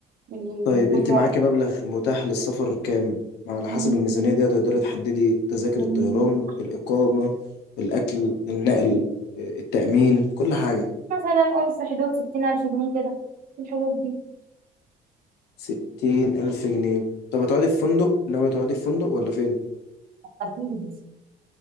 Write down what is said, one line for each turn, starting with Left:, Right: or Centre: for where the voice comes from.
Right: بيكون
Left: طيب انت
Right: فيه
Left: معاكي
Right: عروض
Left: مبلغ متاح للسفر كام؟ على
Right: مم.
Left: حسب الميزانية دي هتقدري تحددي تذاكر
Right: مم.
Left: الطيران الإقامة الأكل النقل آه، التأمين كل حاجة
Right: مثلا قول في حدود 60 الف جنيه كده في الحدود دي
Left: ستين ألف جنيه طب هتقعدي في فندق ناوية تقعدي في فندق ولا فين؟
Right: اكيد